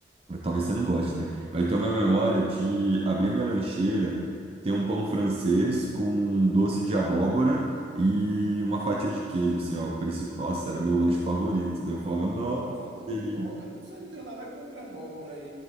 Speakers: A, on the right (about 30°); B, on the right (about 65°).
A: Talvez você não goste, né? Mas eu tenho uma memória de abrir a minha lancheira, ter um pão francês com doce de abóbora e uma fatia de queijo, assim, ó. o Principal, nossa, era meu lanche favorito. Daí eu falava, nossa,
B: Pronto,
A: que
B: que
A: delícia.
B: bom. Eu não sei, não tenho nada contra abóbora e,